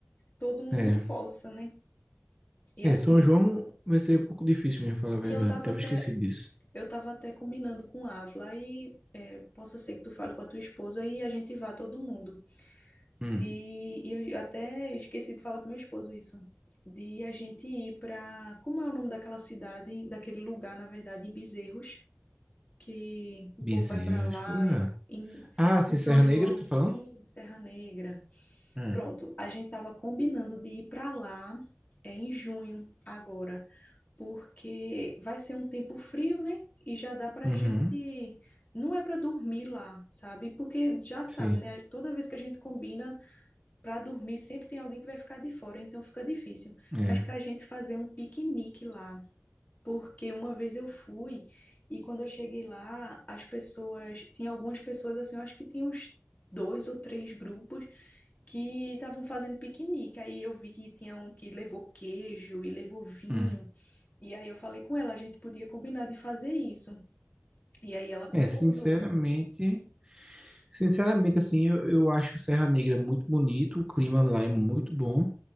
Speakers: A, on the left; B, on the right.
A: todo mundo
B: É.
A: possa, né? E
B: É,
A: assim,
B: São João vai ser um pouco difícil mesmo, falar a verdade.
A: e eu tava
B: Tava
A: até
B: esquecido disso.
A: Eu estava até combinando com a Ávila e é, possa ser que tu fale com a tua esposa e a gente vá todo mundo.
B: Hum.
A: De, e eu até esqueci de falar para meu esposo isso. De a gente ir para, como é o nome daquela cidade, daquele lugar, na verdade, em Bezerros, que o
B: Bezerros,
A: povo vai para lá
B: que lugar.
A: em,
B: Ah, sim,
A: do São
B: Serra
A: João,
B: Negra, tá falando?
A: sim, Serra Negra.
B: Hum,
A: Pronto, a gente estava combinando de ir para lá é, em junho agora porque vai ser um tempo frio, né? E já dá para
B: Uhum.
A: gente. Não é para dormir lá, sabe? Porque já sabe,
B: Sim.
A: né? Toda vez que a gente combina para dormir, sempre tem alguém que vai ficar de fora, então fica difícil.
B: É.
A: Mas para a gente fazer um piquenique lá, porque uma vez eu fui e quando eu cheguei lá, as pessoas. Tinha algumas pessoas assim, eu acho que tinha uns. Dois ou três grupos que estavam fazendo piquenique. Aí eu vi que tinha um que levou queijo e levou vinho.
B: hum.
A: E aí eu falei com ela, a gente podia combinar de fazer isso. E aí ela concordou.
B: É, sinceramente, sinceramente, assim, eu, eu acho Serra Negra muito bonito, o clima lá é muito bom.